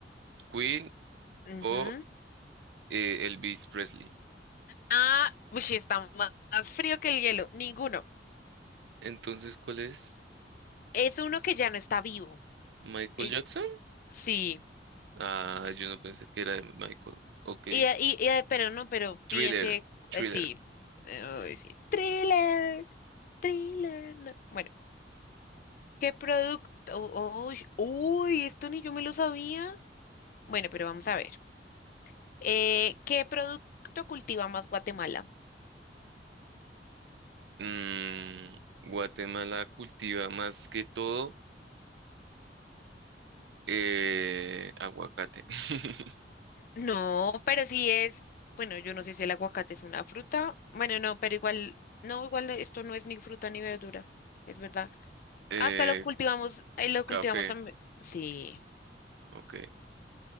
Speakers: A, on the right; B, on the left.
A: Queen
B: Ujú.
A: o eh, Elvis Presley.
B: Ah, uy, sí, está ma- más frío que el hielo. Ninguno.
A: Entonces, ¿cuál es?
B: Es uno que ya no está vivo.
A: ¿Michael
B: Eh,
A: Jackson?
B: sí.
A: Ah, yo no pensé que era de Michael. Ok.
B: Y, y, y- eh, pero no, pero piense,
A: Thriller, Thriller.
B: eh, sí. Uy, sí. Thriller, thriller. no. Bueno, ¿qué producto? Uy, uy, esto ni yo me lo sabía. Bueno, pero vamos a ver. Eh, ¿qué producto cultiva más Guatemala?
A: Mm, Guatemala cultiva más que todo eh, aguacate. <laughs>
B: No, pero sí es. Bueno, yo no sé si el aguacate es una fruta. Bueno, no, pero igual, no, igual esto no es ni fruta ni verdura. Es verdad.
A: Eh,
B: Hasta lo cultivamos, eh, lo
A: café.
B: cultivamos también. Sí.
A: Ok.